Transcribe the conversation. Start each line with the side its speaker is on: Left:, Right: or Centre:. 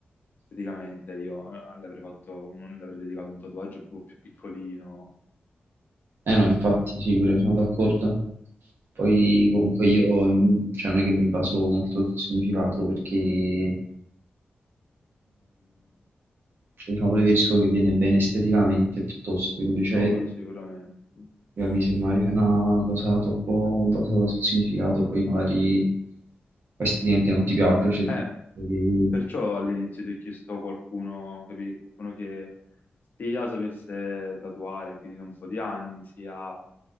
Left: esteticamente io eh, le avrei fatto, un- le avrei dedicato un tatuaggio un po' più piccolino.
Right: Eh no, infatti, sì, pure sono d'accordo. Poi comunque
Left: Eh,
Right: io mm, cioè, non è che mi baso molto sul significato perché eh, cioè, diciamo preferisco che viene bene esteticamente piuttosto, invece
Left: No, quello sicuramente. sì.
Right: capi, se magari fai una cosa troppo basata sul significato, poi magari poi esteticamente non ti piace, c'è difficile
Left: Eh,
Right: che...
Left: perciò all'inizio ti ho chiesto qualcuno, capì? Qualcuno che sia sapesse tatuare, quindi da un po' di anni, sia